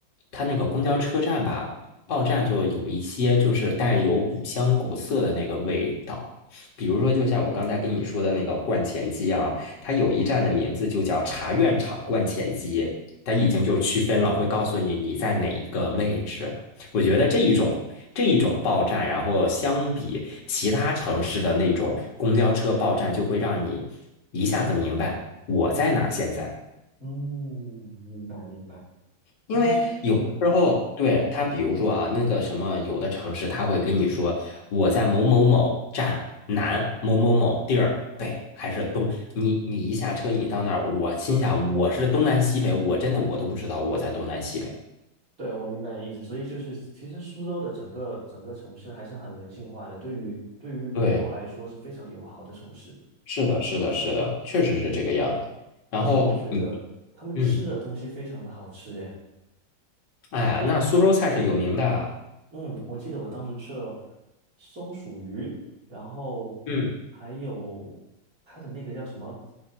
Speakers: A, on the left; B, on the right.
A: 它那个公交车站吧，报站就有一些就是带有古香古色的那个味道，比如说就像我刚才跟你说的那个观前街啊，它有一站的名字就叫茶院场观前街，它已经就区分了，会告诉你你在哪一个位置。我觉得这一种这一种报站，然后相比其他城市的那种公交车报站，就会让你一下子明白我在哪儿现在。
B: 嗯，明白明白。
A: 因为有的时候，
B: 其实是，嗯，
A: 对，他比如说啊，那个什么，有的城市他会跟你说我在某某某站南某某某地儿北还是东，你你一下车你到那儿，我心想我是东南西北，我真的我都不知道我在东南西北。
B: 对，我明白你的意思。所以就是，其实苏州的整个整个城市还是很人性化的，对于对于旅游来说是非常友好的城市。
A: 对，是的，是的，是的，确实是这个样子。
B: 嗯，
A: 然后你
B: 而且我觉得他们吃的东西非常的好吃耶。
A: 嗯，哎呀，那苏州菜是有名的。
B: 嗯，我记得我当时吃了松鼠鱼，然后还有它的那个叫什么，
A: 嗯